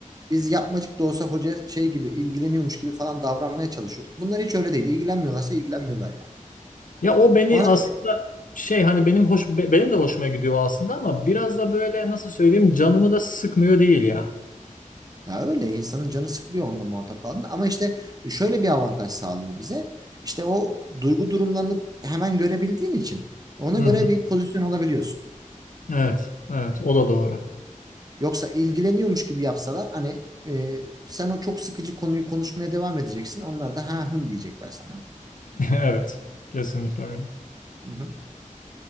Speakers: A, on the right; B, on the left.
A: Biz yapmacık da olsa hoca şey gibi ilgileniyormuş gibi falan davranmaya çalışıyorduk. Bunlar hiç öyle değil. İlgilenmiyorlarsa ilgilenmiyorlar yani.
B: Ya o beni
A: Ona
B: aslında şey hani benim hoş be- benim de hoşuma gidiyor aslında ama biraz da böyle nasıl söyleyeyim canımı da sıkmıyor değil ya.
A: ya öyle insanın canı sıkılıyor onunla muhatap kaldığında ama işte şöyle bir avantaj sağlıyor bize. İşte o duygu durumlarını hemen görebildiğin için ona
B: Hı
A: göre
B: hı.
A: bir pozisyon alabiliyorsun.
B: Evet evet o da doğru.
A: Yoksa ilgileniyormuş gibi yapsalar hani e, sen o çok sıkıcı konuyu konuşmaya devam edeceksin. Onlar da ha hım diyecekler sana.
B: <laughs> Evet, kesinlikle öyle.
A: Hı-hı.